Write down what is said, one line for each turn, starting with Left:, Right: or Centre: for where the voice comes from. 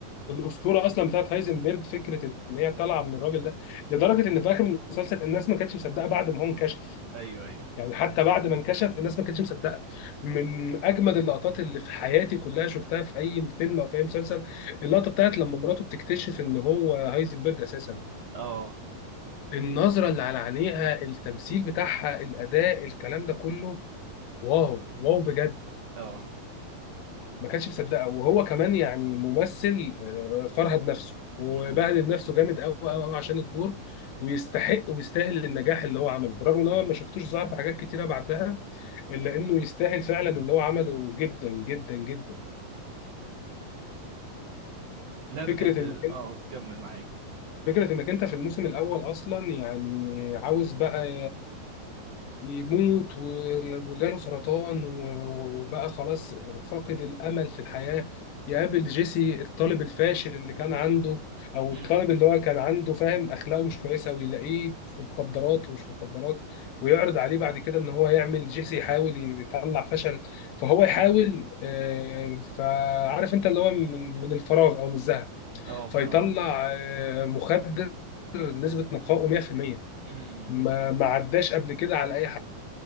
Left: الاسطوره اصلا بتاعت هايزنبرج فكره ان هي طالعه من الراجل ده لدرجه ان في اخر المسلسل الناس ما كانتش مصدقه بعد ما هو انكشف
Right: ايوه ايوه
Left: يعني حتى بعد ما انكشف الناس ما كانتش مصدقه من اجمد اللقطات اللي في حياتي كلها شفتها في اي فيلم او في اي مسلسل اللقطه بتاعت لما مراته بتكتشف ان هو هايزنبرج اساسا
Right: اه
Left: النظره اللي على عينيها التمثيل بتاعها الاداء الكلام ده كله واو واو بجد
Right: اه
Left: ما كانش مصدقها وهو كمان يعني ممثل آه، فرهد نفسه وبهدل
Right: أمم.
Left: نفسه جامد قوي قوي قوي عشان الدور ويستحق ويستاهل النجاح اللي هو عمله برغم ان هو ما شفتوش ظهر في حاجات كتيره بعدها الا انه يستاهل فعلا اللي هو عمله جدا جدا جدا
Right: لا بجد
Left: فكره انك انت
Right: اه كمل معاك
Left: فكره انك انت في الموسم الاول اصلا يعني عاوز بقى يموت و- وجاله سرطان و- وبقى خلاص فاقد الأمل في الحياة يقابل جيسي الطالب الفاشل اللي كان عنده أو
Right: أمم.
Left: الطالب اللي هو كان عنده فاهم أخلاقه مش كويسة ويلاقيه في مخدرات ومش في مخدرات ويعرض عليه بعد كده إن هو يعمل جيسي يحاول يطلع فشل فهو يحاول آه، فعارف أنت اللي هو من من الفراغ أو من الزهق
Right: اه فاهمك
Left: فيطلع آه، مخدر نسبة نقائه 100%
Right: أمم.
Left: ما ما عداش قبل كده على أي